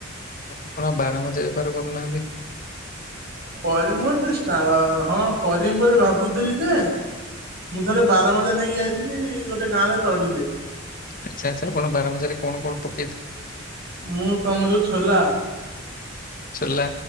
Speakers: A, on the left (about 45°); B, on the right (about 50°).
A: ଆପଣ ବାର ଭଜା ବେପାର କରୁନାହାନ୍ତି।
B: କରି ମୁଁ ଏତେ ହଁ କରିବି ବୋଲି ଭାବୁଥିଲି ଯେ। ମୁଁ ଥରେ ବାର ଭଜା ନେଇକି ଯାଇଥିଲି ଗୋଟେ ଗାଁ ରେ ତଡ଼ିଲେ।
A: ଆଚ୍ଛା ଆଚ୍ଛା ଆପଣ ବାର ଭଜାରେ କଣ କଣ ପ
B: ମୁଁ ତମ ଯୋଉ ଛୋଲା।
A: ଛୋଲା